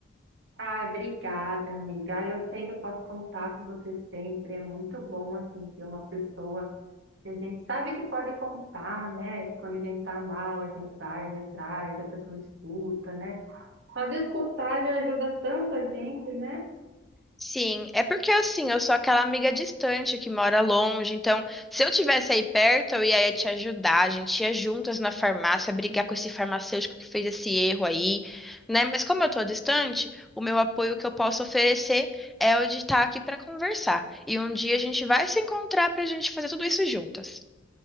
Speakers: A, on the right; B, in the centre.
A: Ai, obrigada, amiga. Eu sei que eu posso contar com você sempre. É muito bom, assim, ter uma pessoa. E a gente sabe que pode contar, né? Quando a gente tá mal, a gente vai atrás, a pessoa escuta, né? Só de escutar já ajuda tanto a gente, né?
B: Sim, é porque assim, eu sou aquela amiga distante que mora longe, então se eu tivesse aí perto, eu ia te ajudar, a gente ia juntas na farmácia brigar com esse farmacêutico que fez esse erro aí, né? Mas como eu tô distante, o meu apoio que eu posso oferecer é o de estar aqui para conversar. E um dia a gente vai se encontrar pra gente fazer tudo isso juntas.